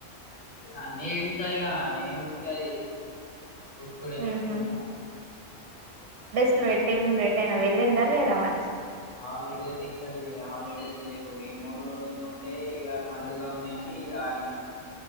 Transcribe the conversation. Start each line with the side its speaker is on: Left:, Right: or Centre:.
Left: అన్నీ ఏంటంటాయిగా ఏమి ఉంటేది కొటుడే
Right: ఉహు
Left: అంతా
Right: వెట్టటిలి రట్టైనా వెళ్ిందా లేదా మరి
Left: హాలిడేస్ ఎక్కడిది హాలిడేస్ లేవు ఈ మూడు రోజులు ఉంటే ఈడ పండుగ ఉన్నాయని ఈడ ఆగిన